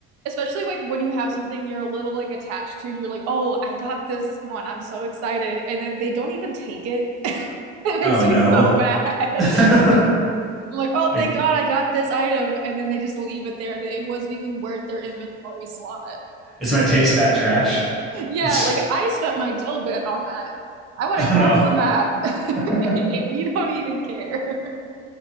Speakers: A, on the right; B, in the centre.
A: especially like when you have something you're a little like attached to, you're like, "Oh, I got this one. I'm so excited." And then they don't even take it. <laughs> It makes
B: Oh
A: me
B: no!
A: so bad.
B: <laughs>
A: <laughs> I'm like, "Oh,
B: like
A: thank God I got this item." And then they just leave it there that it wasn't even worth their inventory slot.
B: is my taste that trash?
A: <laughs> Yeah,
B: <laughs> oh
A: like I spent my dill bit on that. I went across
B: no!
A: the map <laughs> and
B: <laughs> That's
A: you don't even care.